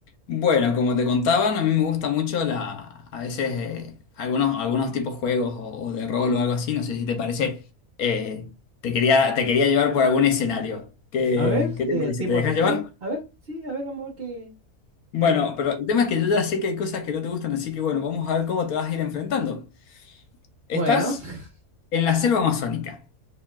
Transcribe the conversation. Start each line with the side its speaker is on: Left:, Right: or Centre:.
Left: Bueno, como te contaban, a mí me gusta mucho la, a veces eh, algunos, algunos tipos juegos o, o de rol o algo así, no sé si te parece. Eh, te quería, te quería llevar por algún escenario. ¿Qué,
Right: A ver,
Left: qué
Right: eh,
Left: te parece?
Right: tipo
Left: ¿Te dejas
Right: así, dale,
Left: llevar?
Right: a ver, sí, a ver, vamos a ver qué.
Left: Bueno,
Right: Dale.
Left: pero el tema es que yo ya sé que hay cosas que no te gustan, así que bueno, vamos a ver cómo te vas a ir enfrentando. Estás
Right: Bueno, <laughs>
Left: en la selva amazónica.